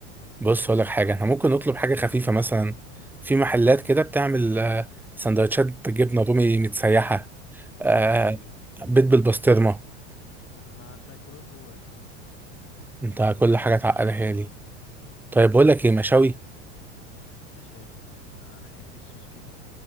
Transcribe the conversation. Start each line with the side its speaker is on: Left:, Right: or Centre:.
Centre: بص اقول لك حاجه احنا ممكن نطلب حاجه خفيفه مثلا في محلات كده بتعمل آه، سندوتشات جبنه رومي متسيحه آه،
Left: ايوه
Centre: بيض بالبسطرمه
Left: طب ما الميكرويف جوه يا اسطى
Centre: انت كل حاجه تعقلها دي طيب بقول لك ايه مشاوي
Left: مشاوي انا احب الشيش جدا